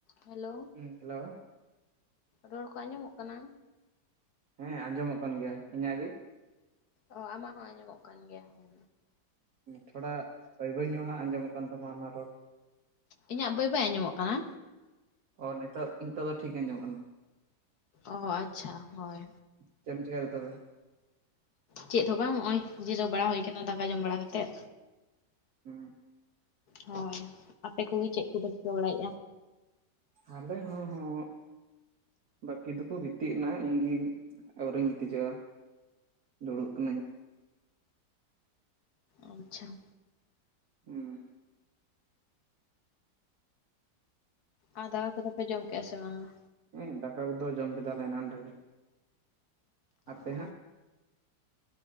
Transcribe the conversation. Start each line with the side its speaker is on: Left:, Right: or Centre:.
Left: ᱦᱮᱞᱳ᱾
Right: ᱦᱩᱸ ᱦᱮᱞᱳ᱾
Left: ᱨᱚᱲ ᱠᱚ ᱟᱸᱡᱚᱢᱚᱜ ᱠᱟᱱᱟ᱾
Right: ᱦᱮᱸ ᱟᱸᱡᱚᱢᱚᱜ ᱠᱟᱱ ᱜᱮᱭᱟ᱾ ᱤᱧᱟᱹᱜ ᱜᱤ?
Left: ᱚ ᱟᱢᱟᱜ ᱦᱚᱸ ᱟᱸᱡᱚᱢᱚᱜ ᱠᱟᱱ ᱜᱮᱭᱟ ᱡᱳᱭ᱾
Right: ᱛᱷᱚᱲᱟ ᱵᱟᱹᱭ ᱵᱟᱹᱭ ᱧᱚᱜᱼᱟ ᱦᱟᱸᱜ ᱟᱸᱡᱚᱢᱚᱜ ᱠᱟᱱ ᱛᱟᱢᱟ ᱟᱢᱟᱜ ᱨᱚᱲ᱾
Left: ᱤᱧᱟᱹᱜ ᱵᱟᱹᱭ ᱵᱟᱹᱭ ᱟᱸᱡᱚᱢᱚᱜ ᱠᱟᱱᱟ?
Right: ᱚ ᱱᱤᱛᱚᱜ ᱱᱤᱛᱚᱜ ᱫᱚ ᱴᱷᱤᱠ ᱜᱮ ᱟᱸᱡᱚᱢᱚᱜ ᱠᱟᱱᱟ᱾
Left: ᱚ ᱟᱪᱪᱷᱟ ᱦᱳᱭ᱾
Right: ᱪᱮᱫ ᱮᱢ ᱪᱤᱠᱟᱭᱫᱟ ᱛᱚᱵᱮ?
Left: ᱪᱮᱫ ᱦᱚᱸ ᱵᱟᱝ ᱱᱚᱜᱼᱚᱭ ᱡᱤᱨᱟᱹᱣ ᱵᱟᱲᱟ ᱦᱩᱭ ᱠᱟᱱᱟ ᱫᱟᱠᱟ ᱡᱚᱢ ᱵᱟᱲᱟ ᱠᱟᱛᱮᱫ᱾
Right: ᱦᱩᱸ
Left: ᱦᱳᱭ ᱟᱯᱮ ᱠᱚᱜᱮ ᱪᱮᱫ ᱠᱚᱯᱮ ᱪᱤᱠᱟᱹ ᱵᱟᱲᱟᱭᱮᱫᱼᱟ᱾
Right: ᱟᱞᱮ ᱦᱚᱸ ᱦᱚᱸᱜ ᱵᱟᱠᱤ ᱫᱚᱠᱚ ᱜᱤᱛᱼᱼ ᱜᱤᱛᱤᱡ ᱮᱱᱟ ᱤᱧᱜᱮᱧ ᱟᱹᱣᱨᱤᱧ ᱜᱤᱛᱤᱡᱚᱜᱼᱟ ᱫᱩᱲᱩᱵ ᱠᱟᱱᱟᱹᱧ᱾
Left: ᱟᱪᱪᱷᱟ ᱾
Right: ᱦᱩᱸ ᱾
Left: ᱟᱨ ᱫᱟᱠᱟ ᱠᱚᱫᱚ ᱯᱮ ᱡᱚᱢ ᱠᱮᱜᱼᱟ ᱥᱮ ᱵᱟᱝᱟ?
Right: ᱦᱮᱸ ᱫᱟᱠᱟ ᱠᱚᱫᱚ ᱡᱚᱢ ᱠᱮᱫᱟᱞᱮ ᱮᱱᱟᱱ ᱨᱮᱜᱮ, ᱟᱯᱮ
Left: ᱚ
Right: ᱦᱟᱸᱜ?